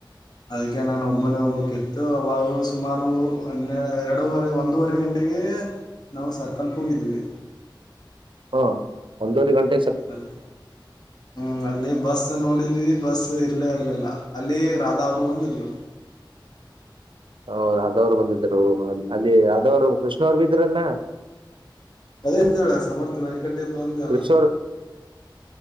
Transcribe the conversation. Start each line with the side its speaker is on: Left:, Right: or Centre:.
Left: ಅದಕ್ಕೆ ನಾನು ಒಬ್ಬನ್ನೇ ಒಬ್ಬ ಕಿತ್ತು ಅವಾಗ ಸುಮಾರು ಒ ಎರಡೂವರೆ ಒಂದೂವರೆ ಗಂಟೆಗೆ ನಾವು ಸರ್ಕಲ್ಗೆ ಹೋಗಿದ್ವಿ.
Right: ಹಾ ಒಂದವರೆ ಗಂಟೆ
Left: ಸರಿ ಹ್ಮ್ ಅಲ್ಲಿ ಬಸ್ ನೋಡಿದ ವಿ ಬಸ್ ಇರ್ಲೇ ಇರ್ಲಿಲ್ಲ ಅಲ್ಲಿ ರಾಧಾ ಅವರು ಬಂದಿದ್ರು.
Right: ಹ ರಾಧವ್ರು ಬಂದಿದರು ಅಲ್ಲಿ ರಧವ್ರು ಕೃಷ್ಣ ಅವ್ರು ಬಿದ್ರಲ್ಲ.
Left: ಅದೆ ಎಂತ ಹೇಳ ಸಮರ್ಥವವಾಗಿನಟ್ಟ ಟ್ಟಫಂದ ಜಲ್ಲ
Right: ಕೃಷ್ಣ ಅವ್ರು